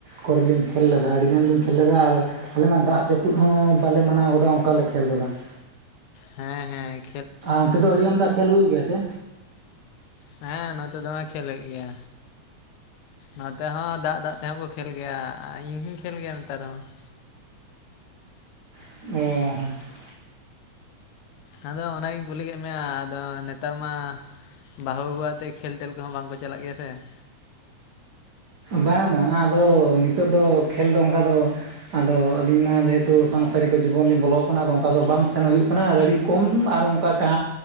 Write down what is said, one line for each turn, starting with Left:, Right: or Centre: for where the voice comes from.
Right: ᱠᱚᱨᱮ ᱞᱤᱧ ᱠᱷᱮᱞ ᱞᱮᱫᱟ ᱟᱹᱰᱤᱜᱟᱱ ᱞᱤᱧ ᱠᱷᱮᱞ ᱞᱮᱫᱟ, ᱟᱨ ᱟᱞᱮ ᱢᱟ ᱫᱟᱜ ᱡᱟᱹᱯᱩᱫ ᱦᱚᱸ ᱵᱟᱞᱮ ᱢᱟᱱᱟᱣ ᱜᱚᱫᱟ ᱚᱱᱠᱟ ᱞᱮ ᱠᱷᱮᱞ ᱜᱚᱫᱟ ᱾
Left: ᱦᱮᱸ ᱦᱮᱸ ᱾
Right: ᱟᱨ ᱚᱱᱛᱮ ᱫᱚ ᱟᱹᱰᱤ ᱟᱢᱫᱟ ᱠᱷᱮᱞ ᱦᱩᱭᱩᱜ ᱜᱮᱭᱟ ᱥᱮ?
Left: ᱦᱮᱸ ᱱᱚᱛᱮ ᱫᱚᱢᱮ ᱠᱷᱮᱞ ᱦᱩᱭ ᱜᱮᱭᱟ ᱱᱚᱛᱮ ᱦᱚᱸ ᱫᱟᱜ ᱫᱟᱜ ᱛᱮᱦᱚᱸ ᱠᱚ ᱠᱷᱮᱞ ᱜᱮᱭᱟ, ᱟᱨ ᱤᱧᱦᱧ ᱠᱷᱮᱞ ᱜᱮᱭᱟ ᱱᱮᱛᱟᱨᱦᱚᱸ ᱾
Right: <inaudible>
Left: ᱟᱫᱚ ᱚᱱᱟᱜᱤᱧ ᱠᱩᱞᱤ ᱠᱮᱫ ᱢᱮᱭᱟ ᱟᱫᱚ ᱱᱮᱛᱟᱨ ᱢᱟ ᱵᱟᱹᱦᱩ ᱟᱜᱩ ᱠᱟᱛᱮ ᱠᱷᱮᱞᱴᱮᱞ ᱠᱚᱦᱚᱸ ᱵᱟᱝ ᱠᱚ ᱪᱟᱞᱟᱜ ᱜᱮᱭᱟ ᱥᱮ ᱾
Right: ᱵᱟᱝ ᱵᱟᱝ ᱟᱫᱚ ᱱᱤᱛᱚᱜ ᱫᱚ ᱠᱷᱮᱞ ᱫᱚ ᱚᱱᱠᱟ ᱫᱚ ᱟᱫᱚ ᱟᱹᱞᱤᱧ ᱢᱟ ᱡᱮᱦᱮᱛᱩ ᱥᱟᱝᱥᱟᱨᱤᱠ ᱠᱚ ᱡᱤᱵᱚᱱᱞᱤᱧ ᱵᱚᱞᱚ ᱟᱠᱟᱱᱟ ᱟᱫᱚ ᱚᱱᱠᱟ ᱫᱚ ᱵᱟᱝ ᱥᱮᱱ ᱦᱩᱭᱩᱜ ᱠᱟᱱᱟ ᱾ ᱟᱨ ᱟᱹᱰᱤ ᱠᱚᱢ ᱟᱨ ᱚᱱᱠᱟ ᱠᱟ